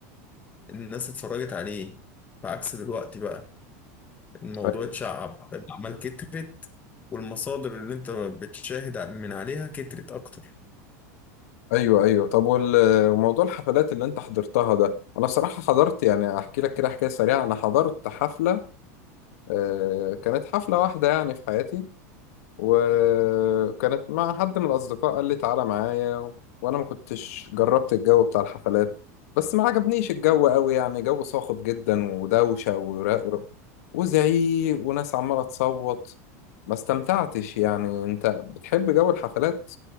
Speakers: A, on the left; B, on the left.
A: الناس اتفرجت عليه بعكس دلوقتي بقى الموضوع
B: ايوه
A: اتشعب الأعمال كترت والمصادر اللي انت بتشاهد من عليها كترت أكتر
B: ايوه ايوه طب وال- وموضوع الحفلات اللي انت حضرتها ده انا بصراحه حضرت يعني احكي لك كده حكايه سريعه انا حضرت حفله آه، كانت حفله واحده يعني في حياتي وكانت مع حد من الأصدقاء قال لي تعالى معايا و... وأنا ما كنتش جربت الجو بتاع الحفلات بس ما عجبنيش الجو قوي يعني جو صاخب جدا ودوشة ورق وزعيق وناس عمالة تصوت ما استمتعتش يعني أنت بتحب جو الحفلات